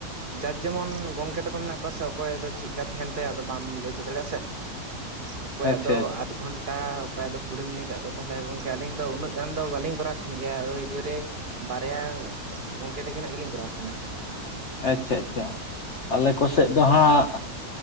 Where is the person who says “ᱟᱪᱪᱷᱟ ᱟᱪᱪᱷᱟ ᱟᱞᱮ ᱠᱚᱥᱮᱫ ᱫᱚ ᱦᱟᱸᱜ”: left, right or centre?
Left